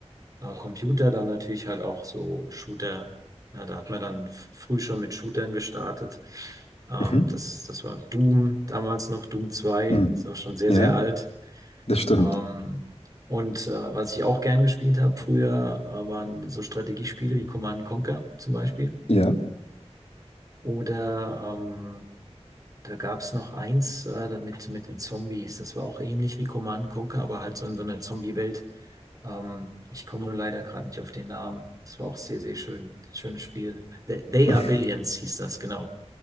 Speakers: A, on the right (about 30°); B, on the left (about 65°).
A: äh, Computer, dann natürlich halt auch so Shooter. Na, da hat man dann f- früh schon mit Shootern gestartet. Ähm,
B: mhm,
A: das, das war Doom, damals noch Doom zwei.
B: mhm.
A: ist auch schon sehr,
B: Ja,
A: sehr alt.
B: das stimmt.
A: Ähm, und äh, was ich auch gern gespielt habe früher, äh, waren so Strategiespiele wie Command and Conquer zum Beispiel.
B: Ja,
A: Oder ähm, da gab es noch eins äh, mit, mit den Zombies. Das war auch ähnlich wie Command Conquer, aber halt so in so einer Zombie-Welt. Ähm, ich komme nur leider gerade nicht auf den Namen. Das war auch sehr, sehr schön. Schönes Spiel. They, They
B: <laughs>
A: Are Billions hieß das, genau.